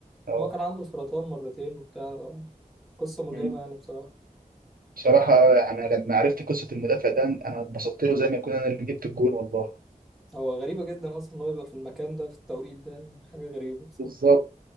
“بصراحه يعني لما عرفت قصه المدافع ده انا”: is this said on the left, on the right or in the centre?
Right